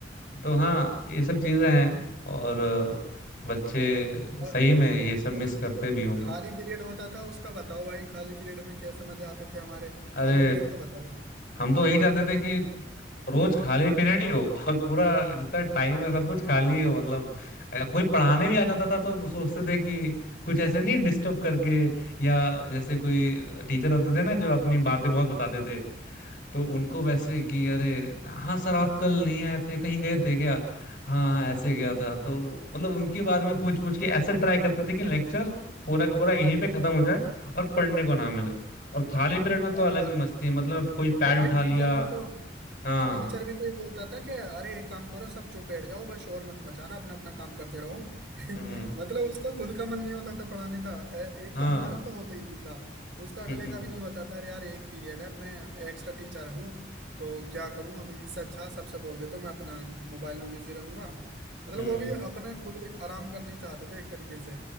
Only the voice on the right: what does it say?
और
जब
खाली पीरियड होता था उसका बताओ भाई खाली पीरियड में कैसे मजे आते थे हमारे
खाली पीरियड का बताओ
हाँ
और
और भाई
टीचर
भी तो
टीचर भी तो ये बोलता था कि अरे एक काम करो सब चुप बैठ जाओ बस शोर मत मचाना अपना अपना काम करते रहो <laughs>
मतलब उसका खुद का मन नहीं होता था पढ़ाने का ए- एक
तो हमारा तो होता ही नहीं था उसका अगले
का भी नहीं होता था अरे यार एक पीरियड है मैं एक्स्ट्रा टीचर हूँ तो क्या करूँ अब इससे अच्छा सबसे बोल देता हूँ मैं अपना मोबाइल में बिजी रहूंगा मतलब
वो भी अपना खुद आराम करना ही चाहते थे एक तरीके से